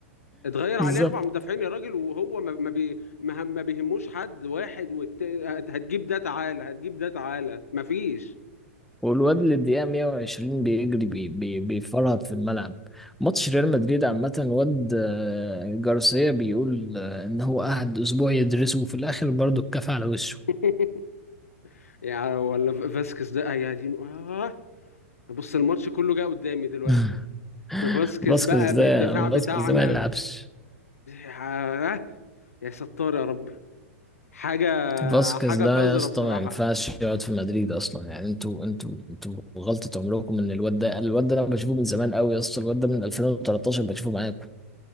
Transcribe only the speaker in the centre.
بالظبط
والواد اللي الدقيقه 120 بيجري بي بي بيفرهد في الملعب ماتش ريال مدريد عامه الواد آه، جارسيا بيقول آه، ان هو قعد اسبوع يدرسه وفي الاخر برضه اتكفى على وشه
<laughs>
فاسكيز
ده
فاسكيز ده ما يلعبش
فاسكيز
ده
يا اسطى
ما ينفعش يقعد في مدريد اصلا يعني انتوا انتوا انتوا غلطة عمركم ان الواد ده الواد ده انا بشوفه من زمان قوي يا اسطى الواد ده من 2013 بشوفه معاكم